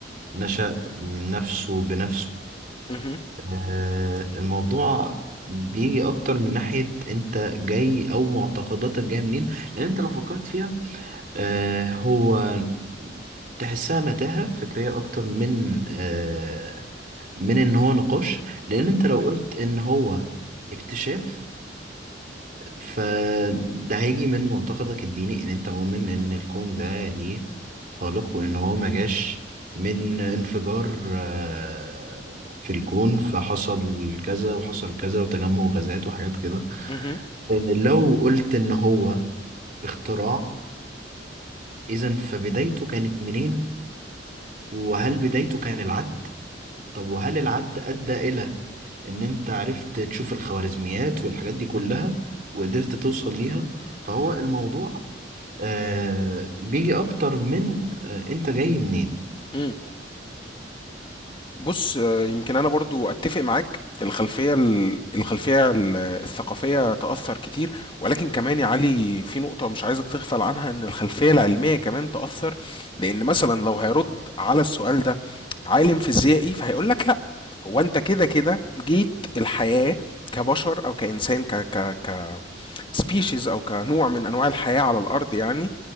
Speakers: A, on the right; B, on the left.
A: نشأ نفسه بنفسه
B: مهم.
A: آه، الموضوع بيجي اكتر من ناحية انت جاي او معتقداتك جاية منين لان انت لو فكرت فيها آه، هو تحسها متاهة فكرية اكتر من آه، من ان هو نقاش لان انت لو قلت ان هو اكتشاف فده هيجي من معتقدك الديني ان انت مؤمن ان الكون ده ليه خالق وان هو ما جاش من انفجار آه، في الكون فحصل كذا وحصل كذا وتجمع غازات وحاجات كده
B: مهم.
A: آه، لو قلت ان هو اختراع اذا فبدايته كانت منين وهل بدايته كان العد طب وهل العد ادى الى ان انت عرفت تشوف الخوارزميات والحاجات دي كلها وقدرت توصل ليها فهو الموضوع آه بيجي اكتر من آه انت جاي منين
B: مهم. بُص، آآ يمكن أنا برضه أتّفق معاك، الخلفية ال الخلفية ال الثقافية تأثّر كتير، ولكن كمان يا علي في نقطة مش عايزك تغفل عنها، إن الخلفية العلمية كمان تأثّر، لإن مثلًا لو هيرُد على السؤال ده عالم فيزيائي، فهيقول لك لأ، هو أنت كده، كده جيت الحياة كبشر أو كإنسان ك ك ك species او كنوع من انواع الحياه على الارض يعني